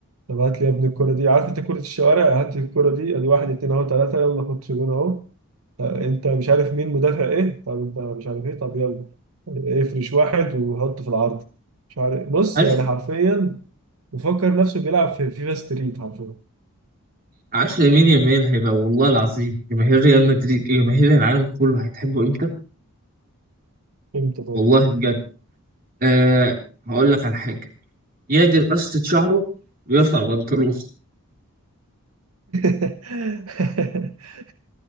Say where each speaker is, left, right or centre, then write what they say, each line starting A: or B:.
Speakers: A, on the right; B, on the right.
A: طب هات لي يا ابني الكرة دي عارف انت كرة الشوارع هات لي الكرة دي ادي واحد اتنين اهو تلاتة يلا خد جون اهو آه، انت مش عارف مين مدافع ايه طب انت مش عارف ايه طب يلا افرش واحد وحطه في العارضة مش عارف بص
B: عارف
A: يعني حرفيا مفكر نفسه بيلعب في فيفا ستريت حرفيا
B: عارف لامين يامال هيبقى والله العظيم جماهير ريال مدريد جماهير العالم كله هتحبه امتى
A: امتى طيب
B: والله بجد أه هقول لك على حاجه يقدر قصة شعره ويرفع بنطلون
A: <laughs>